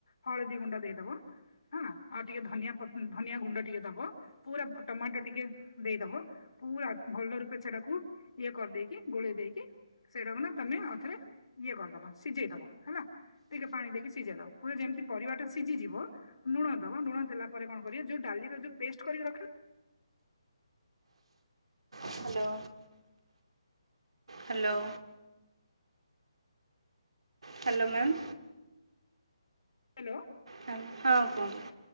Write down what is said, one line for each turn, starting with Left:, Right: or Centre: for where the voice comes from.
Left: ହଳଦୀ ଗୁଣ୍ଡ ଦେଇଦବ ହଁ ଆଉ ଟିକେ ଧନିଆ ପ ଧନିଆ ଗୁଣ୍ଡ ଟିକେ ଦବ ପୁରା ଟମାଟୋ ଟିକେ ଦେଇଦବ ପୁରା ଭଲ ରୂପେ ସେଟାକୁ ଇଏ କରିଦେଇକି ଗୋଳେଇ ଦେଇକି ସେଇଟାକୁ ନା ତମେ ଅଉଥରେ ଇଏ କରିଦବ ସିଜେଇ ଦବ ହେଲା ଟିକେ ପାଣି ଦେଇକି ସିଜେଇ ଦବ ପୁର ଯେମତି ପରିବାଟା ସିଜିଯିବ ନୁଣ ଦଭ ନୁଣ ଦେଲା ପରେ କଣ କରିବ ଯଉ ଡାଲିର ଯଉ ପେଷ୍ଟ କରିକି ରଖିନ
Right: hello hello hello ma'am
Left: hello
Right: <unintelligible> ହଁ କୁହନ୍ତୁ।